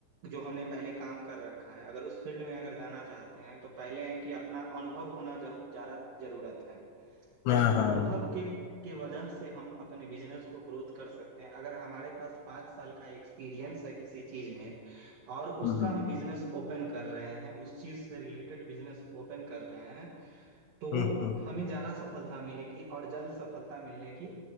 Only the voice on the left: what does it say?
हाँ
हाँ
हम्म
हम्म
हम्म, हम्म।